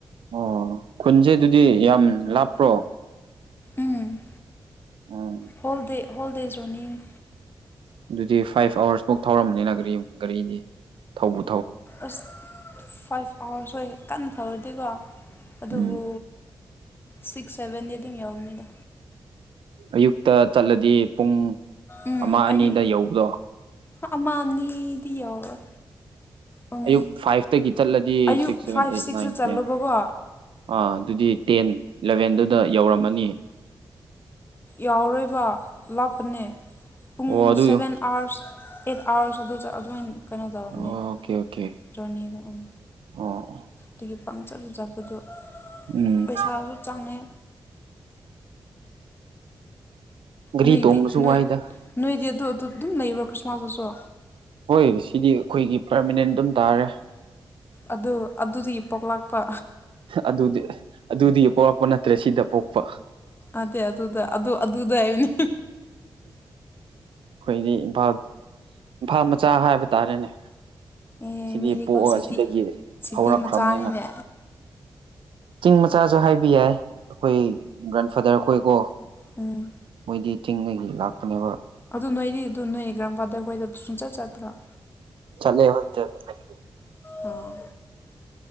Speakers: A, on the right; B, on the left.
A: ꯑꯣ ꯈꯨꯟꯁꯦ ꯑꯗꯨꯗꯤ ꯌꯥꯝ ꯂꯥꯞꯄ꯭ꯔꯣ
B: ꯎꯝ
A: ꯑꯣ
B: ꯍꯣꯜꯗꯦ ꯍꯣꯜꯗꯦ ꯖ꯭ꯔꯣꯅꯤꯅꯦ
A: ꯑꯗꯨꯗꯤ ꯐꯥꯏꯚ ꯑꯋꯥꯔꯁ ꯐꯥꯎ ꯊꯧꯔꯝꯅꯤꯅ ꯒꯥꯔꯤ ꯒꯥꯔꯤꯗꯤ ꯊꯧꯕ
B: ꯑꯁ ꯐꯥꯏꯚ ꯑꯥꯋꯥꯔꯁ ꯍ ꯀꯟꯅ ꯊꯧꯔꯗꯤꯀꯣ ꯑꯗꯨꯕꯨ
A: ꯎꯝ
B: ꯁꯤꯛꯁ ꯁꯚꯦꯟꯗꯤ ꯑꯗꯨꯝ ꯌꯥꯎꯕꯅꯤꯗ
A: ꯑꯌꯨꯛꯇ ꯆꯠꯂꯗꯤ ꯄꯨꯡ
B: ꯎꯝ
A: ꯑꯃ ꯑꯅꯤꯗ
B: ꯑꯌꯨꯛ
A: ꯌꯧꯕꯗꯣ
B: ꯑꯃ ꯑꯅꯤꯗꯤ ꯌꯧꯔꯣꯏ ꯎꯝ
A: ꯑꯌꯨꯛ ꯐꯥꯏꯚꯇꯒꯤ ꯆꯠꯂꯗꯤ
B: ꯑꯌꯨꯛ
A: six seven
B: five
A: eight
B: ꯁꯤꯛꯁꯇ
A: nine
B: ꯆꯠꯂꯨꯕꯀꯣ
A: ꯇꯦꯟ ꯑꯥ ꯑꯗꯨꯗꯤ ꯇꯦꯟ ꯏꯂꯚꯦꯟꯗꯨꯗ ꯌꯧꯔꯝꯃꯅꯤ
B: ꯌꯥꯎꯔꯔꯣꯏꯕ ꯂꯥꯞꯄꯅꯦ ꯄꯨꯡ
A: ꯑꯣ ꯑꯗꯨ
B: ꯁꯚꯦꯟ ꯑꯥꯋꯔꯁ ꯑꯦꯠ ꯑꯋꯥꯔꯁ ꯑꯗꯨ ꯑꯗꯨꯝ ꯀꯩꯅꯣ ꯇꯧꯕꯅꯦ
A: ꯑꯣꯀꯦ ꯑꯣꯀꯦ
B: ꯖꯔꯅꯤ ꯎꯝ
A: ꯑꯣ
B: ꯆꯠꯆꯪ ꯆꯪꯔꯗꯩ
A: ꯎꯝ
B: ꯄꯩꯁꯥꯁꯨ ꯆꯪꯉꯦ
A: ꯒꯥꯔꯤ
B: ꯅꯣꯏꯗꯤ
A: ꯇꯣꯡꯕꯁꯨ
B: ꯅꯣꯏ
A: ꯋꯥꯏꯗ
B: ꯅꯣꯏꯗꯤ ꯑꯗꯨ ꯑꯗꯨ ꯑꯗꯨꯝ ꯂꯩꯕ꯭ꯔꯣ ꯈ꯭ꯔꯤꯁꯃꯥꯁꯇꯁꯨ
A: ꯍꯣꯏ ꯁꯤꯗꯤ ꯑꯩꯈꯣꯏꯒꯤ ꯄꯔꯃꯅꯦꯟ ꯑꯗꯨꯝ ꯇꯥꯔꯦ
B: ꯑꯗꯨ ꯑꯗꯨꯗꯤ ꯄꯣꯛ ꯂꯥꯛꯄ
A: ꯑꯗꯨꯗꯤ ꯑꯗꯨꯗꯤ ꯄꯣꯛꯣꯔꯛꯄ ꯅꯠꯇ꯭ꯔꯦ ꯁꯤꯗ ꯄꯣꯛꯄ
B: ꯑꯗꯦ ꯑꯗꯨꯗ ꯑꯗꯨ ꯑꯗꯨꯗ ꯍꯥꯏꯅꯦ
A: ꯑꯩꯈꯣꯏꯗꯤ ꯏꯝꯐꯥꯜ ꯏꯝꯐꯥꯜ ꯃꯆꯥ ꯍꯥꯏꯕ ꯇꯥꯔꯦꯅꯦ
B: ꯑꯦ
A: ꯁꯤꯗꯤ
B: ꯃꯤꯗꯤꯀꯣ
A: ꯄꯣꯛꯑꯒ
B: ꯁꯤꯇꯤ
A: ꯁꯤꯗꯒꯤ
B: ꯁꯤꯇꯤ
A: ꯍꯧꯔꯛꯈ꯭ꯔꯕꯅꯤꯅ
B: ꯃꯆꯥꯅꯤꯅꯦ
A: ꯄꯤꯡ ꯃꯆꯥꯁꯨ ꯍꯥꯏꯕ ꯌꯥꯏ ꯑꯩꯈꯣꯏ ꯒ꯭ꯔꯥꯟ ꯐꯥꯗꯔ ꯑꯩꯈꯣꯏꯀꯣ
B: ꯎꯝ
A: ꯃꯣꯏꯗꯤ ꯆꯤꯡꯗꯒꯤ ꯂꯥꯛꯄꯅꯦꯕ
B: ꯑꯗꯨ ꯅꯣꯏꯗꯤ ꯑꯗꯨ ꯅꯣꯏ ꯒ꯭ꯔꯥꯟꯐ꯭ꯥꯗꯔ ꯍꯣꯏꯗ ꯑꯗꯨ ꯁꯨꯝꯆꯠ ꯆꯠꯇ꯭ꯔꯥ
A: ꯆꯠꯂꯦ ꯍꯣꯏ ꯆꯠꯂꯦ
B: ꯑꯣ